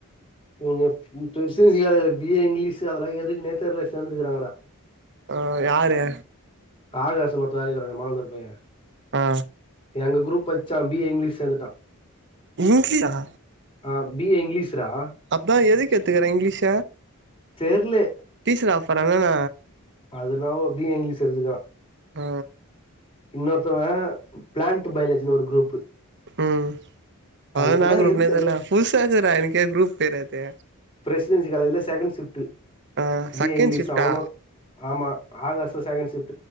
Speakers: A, on the left; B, on the right.
A: நீங்க எப் பிரசிடன்சி காலேஜ்ல பி ஏ இங்கிலீஷு அதெல்லா எதுக்குனே தெர்ல சேந்துருக்கறாங்கடா
B: ஆ யாரு
A: ஆலரச மரத்து வேலைக்கு வரான்னே மாலந் ஒரு பைய
B: ஆ
A: எங்க குரூப் பச்சா பி ஏ இங்கிலீஷ் சேந்துட்டா
B: இங்கிலீஷா
A: ஆ பி ஏ இங்கிலீஷ் ரா
B: அதா எதுக்கு எத்துக்கறா இங்கிலீஷ
A: தெர்லே
B: டீச்சர் ஆவ போறானா என்ன
A: அது என்னவோ பி ஏ இங்கிலீஷ் எடுத்துருக்றா
B: ஆ
A: இன்னொருத்தவே பிளான்ட் பயாலஜினு ஒரு குரூப்
B: ம் அதலா
A: அது
B: என்னா
A: என்ன
B: குரூப்னே
A: எதுக்கு
B: தெர்ல
A: அது
B: புதுசாக்குதுடா எனக்கே குரூப் பேரு அது
A: பிரசிடென்சி காலேஜ்ல செகண்ட் சிஃப்ட்
B: ஆ
A: பி
B: செகண்ட்
A: ஏ இங்கிலீஷு
B: ஷிஃப்டா
A: அவனு ஆமா ஆகாஸு செகண்ட் ஷிஃப்ட்